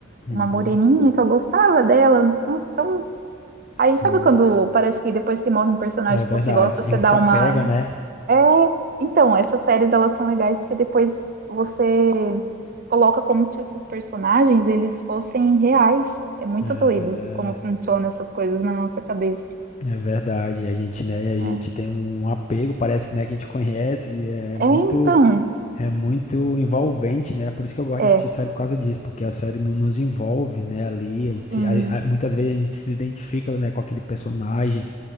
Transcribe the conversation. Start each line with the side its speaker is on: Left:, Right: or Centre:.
Left: Uhum.
Right: uma moreninha que eu gostava dela. Nossa, tão.
Left: Sim,
Right: Aí sabe quando parece que depois que morre um personagem
Left: é verdade.
Right: que você gosta,
Left: A
Right: você
Left: gente
Right: dá
Left: se apega,
Right: uma
Left: né?
Right: É, então, essas séries elas são legais porque depois você coloca como se esses personagens eles fossem reais. É muito
Left: É,
Right: doido como funcionam essas coisas na nossa cabeça.
Left: é verdade. A gente, né, a gente
Right: É,
Left: tem um apego, parece que, né, que a gente conhece, é muito
Right: É, então,
Left: É muito envolvente, né? É Por isso que eu gosto
Right: é,
Left: de assistir série por causa disso, porque a série no- nos envolve, né? Ali, a gente se-
Right: sim,
Left: a- a- muitas vezes a gente se identifica, né, com aquele personagem,